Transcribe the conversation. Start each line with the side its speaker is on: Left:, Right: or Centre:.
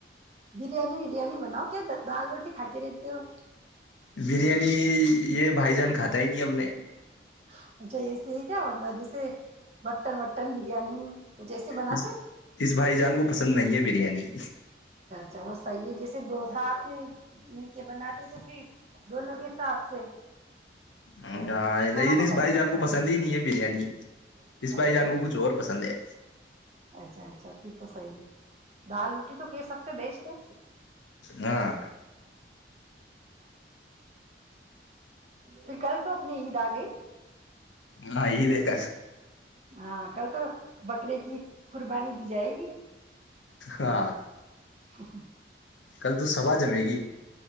Right: بریانی وریانی ب کیا دال روٹی کھ کے رہتی ہو
Left: بریانی یہ بھائی جان کھاتا ہی نہیں اب نے
Right: ہاں <inaudible> اچھا یہ صی کیا ہے ورنہ جیسے مٹن مٹن بریانی کچھ ایسے بناتے
Left: اس اس بھائی جان کو پسند نہیں ہے بریانی
Right: چل وہ صحیح ہے جیسے دو ساتھ میں مل کے بناتے تو پھر دونوں کے حساب سے
Left: ہ آ <unintelligible>
Right: کھانا
Left: لیکن
Right: پکانا
Left: اس بھائی
Right: پڑتا
Left: جان کو پسند ہی نہیں ہے بریانی
Right: ہے
Left: اس بھائی
Right: اچھا
Left: جان
Right: اچھا
Left: کو کچھ اور پسند ہے
Right: اچھا اچھا پھر تو صحیح دال روٹی تو سب سے بیسٹ ہے
Left: ہاں
Right: پھر کل تو اپنی عید آ گئی
Left: ہاں ہییک ک
Right: ہاں کل تو بکرے کی قربانی دی جائے گی
Left: ہاں
Right: س س <unintelligible>
Left: کل تو سبا جمے گی